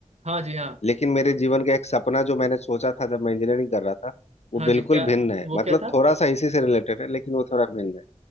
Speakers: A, on the right; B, on the left.
A: हाँ जी हाँ
B: लेकिन मेरे जीवन का एक सपना जो मैंने सोचा था जब मैं इंजीनियरिंग कर रहा था वो
A: हाँ जी
B: बिल्कुल
A: क्या
B: भिन्न है
A: वो
B: मतलब
A: क्या था
B: थोड़ा सा इसी से रिलेटेड है लेकिन वो थोड़ा भिन्न है